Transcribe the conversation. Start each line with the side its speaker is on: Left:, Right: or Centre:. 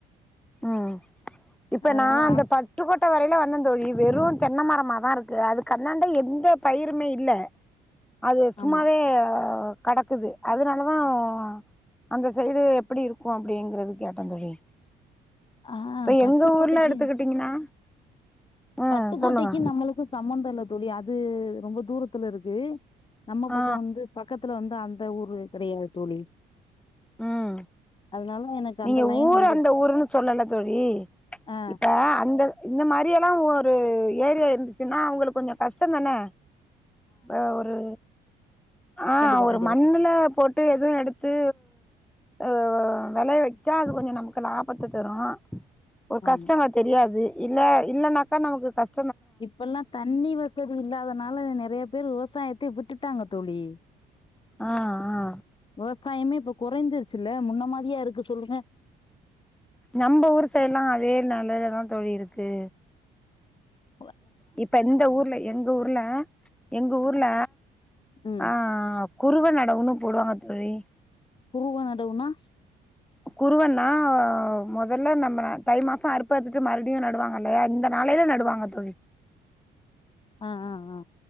Centre: ம் இப்ப
Left: அதனால
Centre: நான் அந்த
Left: ஆ
Centre: பட்டுக்கோட்டை வரையிலும் வந்தேன் தோழி வெறும் தென்ன மரமா தான் இருக்கு அதுக்கு அந்தான்ட ப பயிறுமே இல்ல அது சும்மாவே
Left: ஆமா
Centre: ஆ கடக்குது அதனாலதான் அந்த சைடு எப்படி இருக்கும் அப்படிங்கிறது கேட்டேன் தோழி
Left: ஆ
Centre: இப்ப
Left: பட்டுக்கோட்டைக்கு
Centre: எங்க ஊர்ல எடுத்துக்கிட்டீங்கன்னா ம்
Left: பட்டுக்கோட்டைக்கு
Centre: சொல்லுங்க
Left: நம்மளுக்கும் சம்மந்தம் இல்லை தோழி அ து ரொம்ப தூரத்துல இருக்கு நம்ம பக்கம்
Centre: ஆ
Left: வந்து பக்கத்துல வந்து அந் எந்ந ஊரு தெரியாது தோழி
Centre: ம்
Left: அதனால எனக்கு
Centre: நீங்க
Left: அந்த லைன்
Centre: ஊர்
Left: வந்து
Centre: அந்த ஊருன்னு சொல்லல தோழி
Left: ஆ
Centre: இப்ப அந்த இந்த மாரி எல்லாம் ஒரு ஏரியா இருந்துச்சுன்னா அவுங்களுக்கு கொஞ்சம் கஷ்டம் தானே ஆ ஒரு ஆ
Left: கண்டிப்பா
Centre: ஒரு
Left: கண்டிப்பா
Centre: மண்ணுல போட்டு எதுவும் எடுத்து அ வெலைய வச்சா அது கொஞ்சம் நமக்கு லாபத்தை தரும் ஒரு
Left: ஆமா
Centre: கஷ்டமா தெரியாது இல்ல இல்லனாக்கா நமக்கு கஷ்
Left: இப்பெல்லாம் தண்ணி வசதி இல்லாதனால நெறைய விவசாயத்தயே விட் விட்டுட்டாங்க தோழி
Centre: ஆ ஆ
Left: ஆ காயமே இப்ப குறைந்துருச்சுல முன்ன மாரியா இருக்கு சொல்லுங்க.
Centre: நம்ம ஊர் சைடு எல்லாம் அதே நல்லதா தான் தோழி இருக்கு
Left: ம்
Centre: இப்ப இந்த ஊர்ல எங்க ஊர்ல எங்க ஊர்ல
Left: ம்
Centre: ஆ குருவ நடவுன்னு போடுவாங்க தோழி
Left: குருவனடவுனா
Centre: குருவன்னா முதல்ல நம்ம தை மாசம் அறுப்பறுத்துட்டு மறுபடியும் நடுவாங்கல இந்த நாளையில நடுவாங்க தோழி
Left: ஆ ஆ ஆ